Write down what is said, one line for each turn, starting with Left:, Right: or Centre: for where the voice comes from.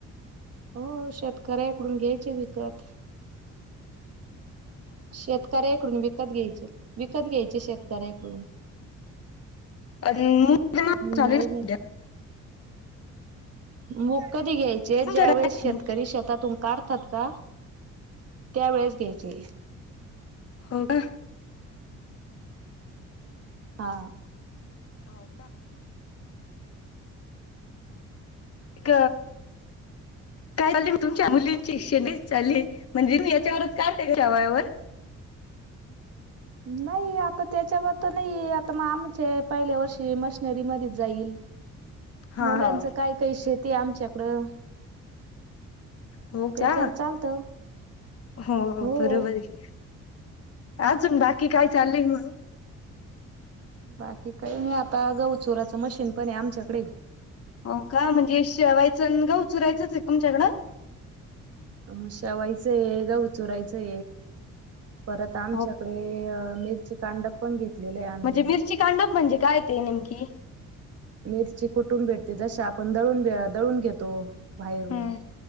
Right: हो शेतकऱ्याकडून घ्यायचे विकत. शेतकऱ्याकडून विकत घ्यायचे. विकत घ्यायचे शेतकऱ्याकडून,
Left: चालेल
Right: नाही
Left: सध्या
Right: नाही. मुग कधी घ्यायचे,
Left: तुमच्याकडे
Right: ज्या
Left: आहे
Right: वेळेस
Left: का
Right: शेतकरी
Left: मग?
Right: शेतातून काढ तात का त्यावेेळेस घ्यायचे.
Left: हो का?
Right: हा
Left: हो का? एक काय चालेल तुमच्या मुलींची श्षे नाही चाले म्हणजे मी याच्यावरच काढतेच्या वयावर?
Right: नाही, आता त्याच्यावर तर नाही आता मग आमच्या पहिल्या वर्षी मशनरी मधी जाईल.
Left: हा
Right: मुलांचं
Left: हो.
Right: काय, काय शेती हाय आमच्याकडं.
Left: हो
Right: त्याच्यावर
Left: का?
Right: चालतं
Left: हो
Right: हो
Left: बरोबर हेय अजून बाकी काय? चालय मग?
Right: बाकी काही नाही आता, गहु चुराचं मशीन पण आहे आमच्याकडे.
Left: हो का? म्हणजे शेवायचं गहू चुरायचंच एक तुमच्याकडं?
Right: अ म शेवायच गहू चूराय चे, परत आमच्याकडे
Left: हो
Right: मिरची कांडप पण घेतलेले हाय आम्ही.
Left: म्हणजे मिरची कांडप म्हणजे काय ते नेमकी?
Right: मिरची कुठून भेटते जश आपण दळून भ दळून घेतो. बाहेरून
Left: हं.